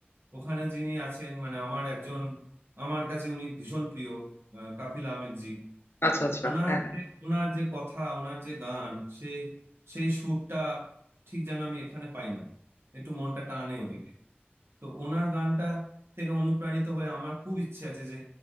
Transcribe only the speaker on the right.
ওখানে যিনি আছেন মানে আমার একজন আমার কাছে উনি ভীষণ প্রিয় আহ, কাফিল আহমেদ জি
ওনার
যে ওনার যে কথা ওনার যে গান সে সেই সুরটা ঠিক যেন আমি এখানে পাই না একটু মনটা টানে ওদিকে তো ওনার গানটা থেকে অনুপ্রাণিত হয়ে আমার খুব ইচ্ছে আছে যে